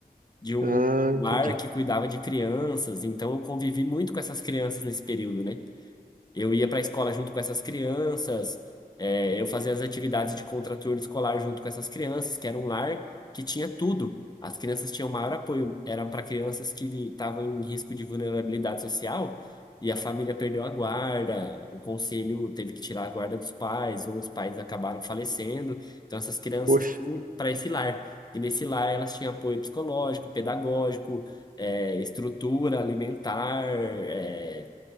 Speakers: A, on the left; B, on the right.
A: de um
B: Ah, entendi.
A: lar que cuidava de crianças. Então eu convivi muito com essas crianças nesse período, né? Eu ia para a escola junto com essas crianças, é, eu fazia as atividades de contraturno escolar junto com essas crianças, que era um lar que tinha tudo. As crianças tinham maior apoio, era para crianças que estavam em risco de vulnerabilidade social e a família perdeu a guarda, o conselho teve que tirar a guarda dos pais, ou os pais acabaram falecendo. Então, essas crianças
B: Poxa,
A: para esse lar. E nesse lar elas tinham apoio psicológico, pedagógico, é, estrutura alimentar, eh,